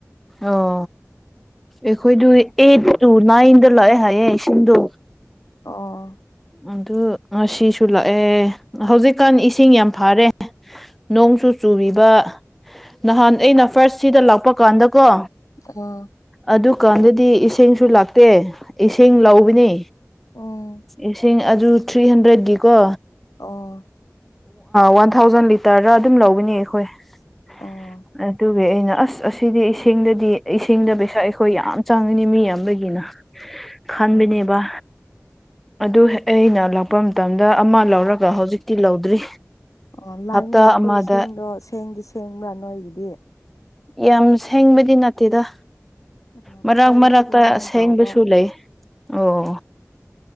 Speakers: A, in the centre; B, on the left.
A: ꯑꯣ ꯑꯩꯈꯣꯏꯗꯨ ꯑꯩꯠ ꯇꯨ ꯅꯥꯏꯟꯗ ꯂꯥꯛꯑꯦ ꯍꯥꯏꯌꯦ ꯏꯁꯤꯡꯗꯣ
B: ꯑꯣ
A: ꯑꯗꯨ ꯉꯁꯤꯁꯨ ꯂꯥꯛꯑꯦ ꯍꯧꯖꯤꯛꯀꯥꯟ ꯏꯁꯤꯡ ꯌꯥꯝ ꯐꯔꯦ ꯅꯣꯡꯁꯨ ꯆꯨꯔꯤꯕ ꯅꯍꯥꯟ ꯑꯩꯅ ꯐꯥꯔꯁ ꯁꯤꯗ ꯂꯥꯛꯄ ꯀꯥꯟꯗꯀꯣ
B: <unintelligible>
A: ꯑꯗꯨꯀꯥꯟꯗꯗꯤ ꯏꯁꯤꯡꯁꯨ ꯂꯥꯛꯇꯦ ꯏꯁꯤꯡ ꯂꯧꯕꯅꯤ
B: ꯎꯝ
A: ꯏꯁꯤꯡ ꯑꯗꯨ ꯊ꯭ꯔꯤ ꯍꯟꯗ꯭ꯔꯦꯠꯀꯤꯀꯣ
B: ꯑꯣ
A: ꯋꯥꯟ ꯊꯥꯎꯖꯟ ꯂꯤꯇꯔꯗ ꯑꯗꯨꯝ ꯂꯧꯕꯥꯅꯤ ꯑꯩꯈꯣꯏ ꯑꯗꯨ
B: ꯑꯣ
A: ꯑꯗꯨꯒꯤ ꯑꯩꯅ ꯑꯁ ꯑꯁꯤꯗꯤ ꯏꯁꯤꯡꯗꯗꯤ ꯏꯁꯤꯡꯗ ꯄꯩꯁꯥ ꯑꯩꯈꯣꯏ ꯌꯥꯝ ꯆꯪꯉꯅꯤ ꯃꯤ ꯌꯥꯝꯕꯥꯒꯤꯅ ꯈꯥꯟꯕꯅꯦꯕ
B: ꯎꯝ
A: ꯑꯗꯨ ꯑꯩꯅ ꯂꯥꯛꯄ ꯃꯇꯝꯗ ꯑꯃ ꯂꯧꯔꯒ ꯍꯧꯖꯤꯛꯇꯤ ꯂꯧꯗ꯭ꯔꯤ
B: ꯑꯣ ꯂꯥꯏꯟ
A: ꯍꯞꯇꯥ
B: ꯂꯥꯛꯄ
A: ꯑꯃꯗ
B: ꯏꯁꯤꯡꯗꯣ ꯁꯦꯡꯗꯤ ꯁꯦꯡꯕ꯭ꯔꯥ ꯅꯣꯏꯒꯤꯗꯤ
A: ꯌꯥꯝ ꯁꯦꯡꯕꯗꯤ ꯅꯠꯇꯦꯗ
B: ꯎꯝ ꯑꯩꯈꯣꯏꯁꯨ
A: ꯃꯔꯛ ꯃꯔꯛꯇ
B: ꯑꯗꯨꯃꯥꯏꯅ
A: ꯑꯁꯦꯡꯕꯁꯨ
B: ꯇꯧꯕ
A: ꯂꯩ ꯑꯣ